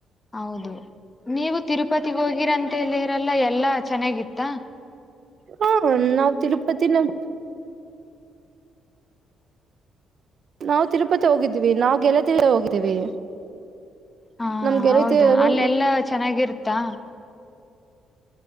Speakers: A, on the left; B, on the right.
A: ಹೌದು ನೀವು ತಿರುಪತಿಗ್ ಹೋಗಿರಂತಲ್ಲಿರೆಲ್ಲ ಎಲ್ಲಾ ಚೆನ್ನಾಗಿತ್ತ
B: ಹಾ ನಾವ್ ತಿರುಪತಿನ ನಾವು ತಿರುಪತಿ ಹೋಗಿದ್ದೀವಿ ನಾವು ಗೆಳತಿರಿ ಹೋಗಿದ್ದೀವಿ
A: ಹಾ
B: ನಮ್ ಗೆಳತಿಯರು
A: ಹೌದಾ ಅಲ್ಲೆಲ್ಲಾ ಚೆನ್ನಾಗಿರುತ್ತಾ